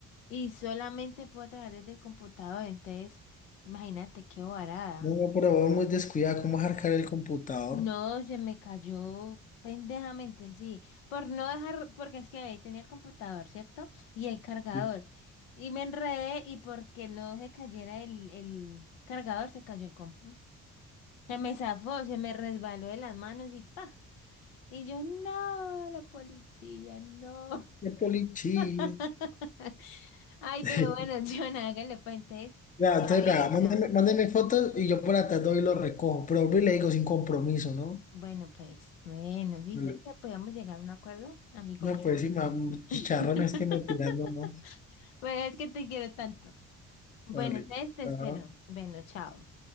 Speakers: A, on the left (about 80°); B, on the left (about 20°).
A: Y solamente puedo trabajar desde el computador, entonces imagínate qué varada.
B: No, pero vos muy descuidado, ¿cómo arcar el computador?
A: No, se me cayó pendejamente, sí. Por no dejar, porque es que ahí tenía el computador, ¿cierto? Y el cargador.
B: Sí.
A: Y me enredé y porque no se cayera el, el cargador, se cayó el compu. Se me zafó, se me resbaló de las manos y pa. Y yo, no, la policía, no.
B: Qué policía.
A: <laughs> Ay,
B: <laughs>
A: pero bueno, <laughs> John, hágale pues, entonces
B: Ya,
A: me
B: entonces,
A: avisa.
B: vea, mándeme, mándeme fotos y yo por atrás doy y lo recojo. Pero vuelvo y le digo sin compromiso, ¿no?
A: Bueno, pues, bueno, dices
B: Vale.
A: que podíamos llegar a un acuerdo, amigo
B: No,
A: mío.
B: pues sí, ma- chicharrones
A: <laughs>
B: que me tiran nomás.
A: Pero es que te quiero tanto. Bueno,
B: Vale.
A: entonces te
B: Chao.
A: espero. Bueno, chao.